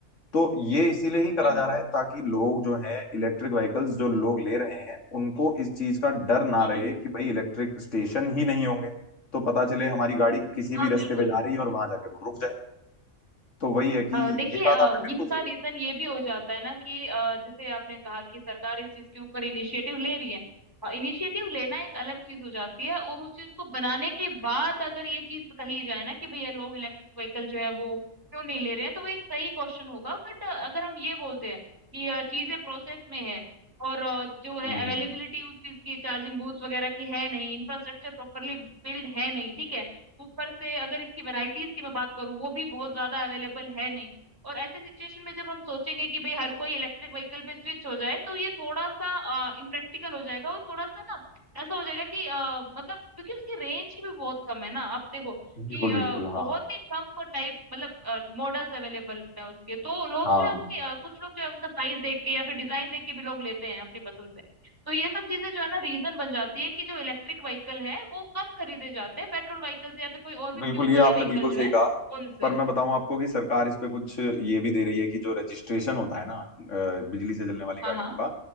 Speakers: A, on the left; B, on the right.
A: तो ये इसीलिए
B: हम्म
A: ही करा
B: हम्म,
A: जा रहा है ताकि लोग जो हैं इलेक्ट्रिक व्हीकल्स जो लोग ले रहे हैं उनको इस चीज का डर ना
B: हम्म,
A: रहे कि भाई इलेक्ट्रिक स्टेशन ही नहीं होंगे तो पता चले हमारी गाड़ी किसी
B: हाँ
A: भी रास्ते
B: बिल्कुल
A: पे जा रही है और वहां जाके वो रुक जाए तो वही है कि
B: अ, देखिए
A: ये बात
B: अ,
A: आपने बिल्कुल
B: इसका
A: सही कही
B: रीजन ये भी हो जाता है ना कि अ, जैसे आपने कहा कि सरकार इस चीज के ऊपर इनिशिएटिव ले रही है इनिशिएटिव लेना एक अलग चीज हो जाती है और उस चीज को बनाने के बाद अगर ये चीज कही जाए ना कि भैया लोग इलेक्ट्रिक व्हीकल जो है वो क्यों नहीं ले रहे हैं तो वो एक सही क्वेश्चन होगा बट अगर हम ये बोलते हैं कि अ, चीजें प्रोसेस में है और अ, जो है
A: हम्म,
B: अवेलेबिलिटी उस चीज की चार्जिंग बूथ वगैरह की है नहीं इंफ्रास्ट्रक्चर प्रॉपरली बिल्ड है नहीं ठीक है ऊपर से अगर इसकी वैरायटीज की मैं बात करूँ वो भी बहुत ज्यादा अवेलेबल है नहीं और ऐसे सिचुएशन में जब हम सोचेंगे कि भाई हर कोई इलेक्ट्रिक व्हीकल पे स्विच हो जाए तो ये थोड़ा सा इम्प्रैक्टिकल हो जाएगा और थोड़ा सा ना ऐसा हो जाएगा कि अ, मतलब क्योंकि उसकी रेंज ही भी बहुत कम है ना आप देखो
A: बिल्कुल
B: कि अ,
A: बिल्कुल हाँ
B: बहुत ही कम टाइप मतलब मॉडल्स अवेलेबल है उसके तो लोग
A: हाँ
B: जो है अपनी अ, कुछ लोग जो है उनका साइज देख के या फिर डिजाइन देख के भी लोग लेते हैं अपनी पसंद से तो ये सब चीजें जो है ना रीजन बन जाती है कि जो इलेक्ट्रिक व्हीकल है वो कम खरीदे जाते हैं पेट्रोल व्हीकल से या फिर कोई और भी
A: बिल्कुल
B: फ्यूल
A: ये
B: वाले
A: आपने
B: व्हीकल
A: बिल्कुल
B: जो
A: सही
B: है
A: कहा
B: उनसे
A: पर मैं बताऊं आपको कि सरकार इस पे कुछ ये भी दे रही है कि जो रजिस्ट्रेशन होता है ना अ, बिजली से चलने वाली गाड़ियों
B: हाँ हाँ
A: का